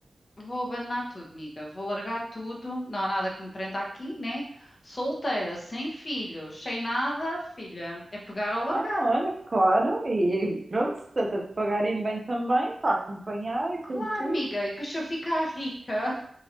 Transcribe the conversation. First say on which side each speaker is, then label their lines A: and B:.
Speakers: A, on the left; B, on the right.
A: Vou abandonar tudo, amiga. Vou largar tudo. Não há nada que me prenda aqui, né? Solteira, sem filhos, sem nada, filha. É pegar ou largar.
B: Ah, olha, claro. E, e pronto, se trata de pagarem bem também, para acompanhar aquilo
A: Claro,
B: tudo,
A: amiga. E depois se eu ficar rica,